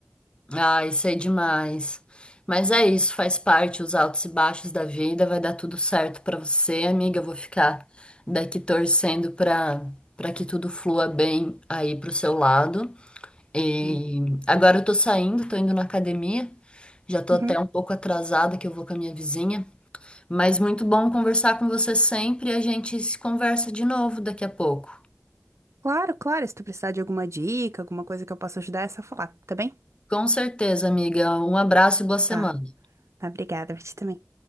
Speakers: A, on the left (about 20°); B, on the right (about 80°).
A: Ah, isso é demais. Mas é isso, faz parte, os altos e baixos da vida. Vai dar tudo certo pra você, amiga. Eu vou ficar daqui torcendo pra para que tudo flua bem aí pro seu lado. E
B: Hum.
A: agora eu tô saindo, tô indo na academia. Já tô
B: Uhum.
A: até um pouco atrasada que eu vou com a minha vizinha, mas muito bom conversar com você sempre. e A gente se conversa de novo daqui a pouco.
B: Claro, claro. Se tu precisar de alguma dica, alguma coisa que eu possa ajudar, é só falar, tá bem?
A: Com certeza, amiga. Um abraço e boa semana.
B: Tá. Tá, obrigada. Pra ti também.